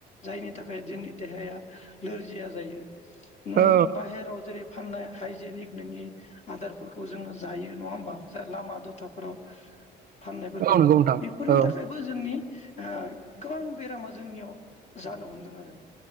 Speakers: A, on the left; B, on the right.
A: जायनि थाखाय जोंनि देहाया नोरजिया जायो। नों
B: औ
A: बाहेराव जेरै फाननाय हाइजेनिक नोंनि आदारफोरखौ जोंङो जायो नंङा होमबा लामा दथाफोराव फाननायफोरखौ
B: औ नंगौ नोंथां
A: बेफोरनि
B: औ
A: थाखायबो जोंनि ओ गोबां बेरामा जोंनियाव जानो हमदों आरो